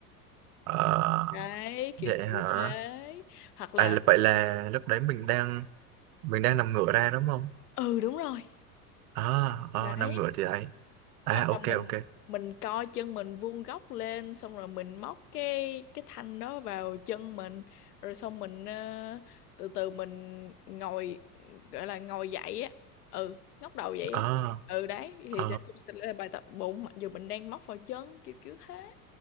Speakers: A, on the right; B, on the left.
A: À,
B: đấy kiểu
A: vậy hả?
B: kiểu thế hoặc là
A: À, là- vậy là lúc đấy mình đang mình đang nằm ngửa ra đúng không?
B: ừ đúng rồi
A: À, à,
B: đấy
A: nằm ngửa thì ấy. À,
B: hoặc
A: ok
B: là mình
A: ok.
B: mình co chân mình vuông góc lên xong rồi mình móc cái cái thanh đó vào chân mình rồi xong mình ờ, từ từ mình ngồi gọi là ngồi dậy á ừ ngóc đầu dậy
A: À,
B: á ừ đấy thì
A: à.
B: đây cũng sẽ là bài tập bụng mặc dù mình đang móc vào chân kiểu kiểu thế